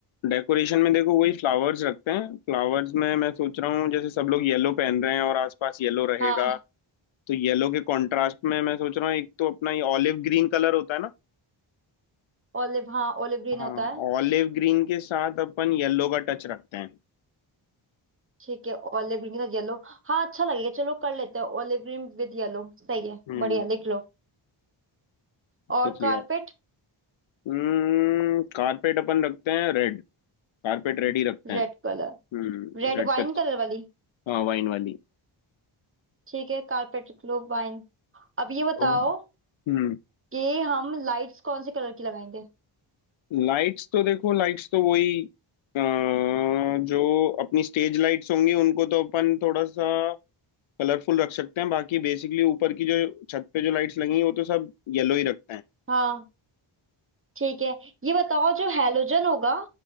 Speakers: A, on the left; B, on the right.
A: डेकोरेशन में देखो वही फ्लावर्स रखते हैं फ्लावर्स में मैं सोच रहा हूँ जैसे सब लोग येलो पहन रहे हैं और आसपास येलो रहेगा
B: हाँ
A: तो येलो के कॉन्ट्रास्ट में मैं सोच रहा हूँ एक तो अपना ये ऑलिव ग्रीन कलर होता है ना
B: ऑलिव हाँ ऑलिव ग्रीन
A: हाँ
B: होता है
A: ऑलिव ग्रीन के साथ अपन येलो का टच रखते हैं
B: ठीक है ऑलिव ग्रीन के साथ येलो हाँ अच्छा लगेगा चलो कर लेते हैं ऑलिव ग्रीन विद येलो सही है
A: हम्म
B: बढ़िया लिख लो और
A: लिख लिया
B: carpet
A: हम्म कारपेट अपन रखते हैं रेड कारपेट रेड ही रखते हैं
B: Red colour
A: हम्म
B: Red
A: रेड
B: wine
A: पे
B: colour वाली
A: हाँ वाइन वाली
B: ठीक है कारपेट क्लोव वाइन अब ये बताओ
A: ओ हम्म
B: कि हम लाइट्स कौन से कलर की लगाएंगे
A: लाइट्स तो देखो लाइट्स तो वही अ, जो अपनी स्टेज लाइट्स होंगी उनको तो अपन थोड़ा सा कलरफुल रख सकते हैं बाकी बेसिकली ऊपर की जो छत पे जो लाइट्स लगी हैं, वो तो सब येलो ही रखते हैं
B: हाँ ठीक है ये बताओ जो हेलोजन होगा